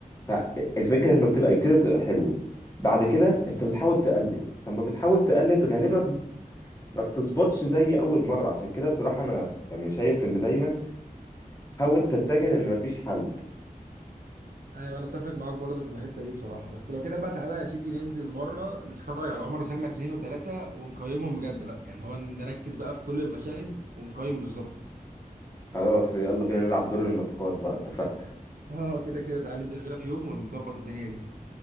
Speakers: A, on the left; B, on the right.
A: فالفكرة لما بتبقى جديدة بتبقى حلوة بعد كده انت بتحاول تقلد فلما بتحاول تقلد غالبا ما بتظبطش زي اول مره عشان كده بصراحه انا يعني شايف ان دايما حاول تتجه لان مفيش حل
B: أيوة أنا أتفق معاك برضه في الحتة دي بصراحة بس لو كده بقى تعالى يا سيدي ننزل مرة نتفرج على عمر وسلمى اتنين وتلاتة ونقيمهم بجد بقى يعني هو نركز بقى في كل المشاهد ونقيم بالظبط
A: خلاص يلا بينا نلعب دور النقاد بقى اتفقنا
B: <laughs> اه كده كده تعالى ننزل كده في يوم ونظبط الدنيا دي